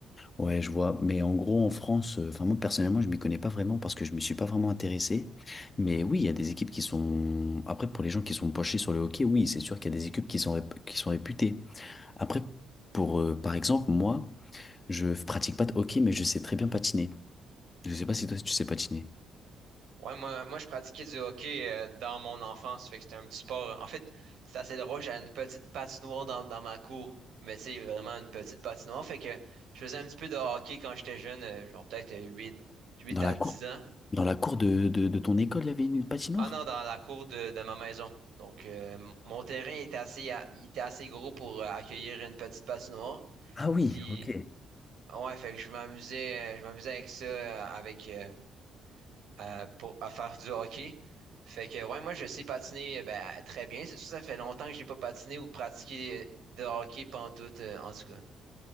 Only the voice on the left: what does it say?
Ouais, je vois. Mais en gros, en France, euh, enfin, moi, personnellement, je m'y connais pas vraiment parce que je me suis pas vraiment intéressé. Mais oui, il y a des équipes qui sont. Après, pour les gens qui sont penchés sur le hockey, oui, c'est sûr qu'il y a des équipes qui sont, rép- qui sont réputées. Après, pour, euh, par exemple, moi. Je pratique pas de hockey, mais je sais très bien patiner. Je sais pas si toi tu sais patiner.
Dans
la
cour,
dans la cour de, de, de ton école, il y avait une patinoire?
Ah oui,
ok.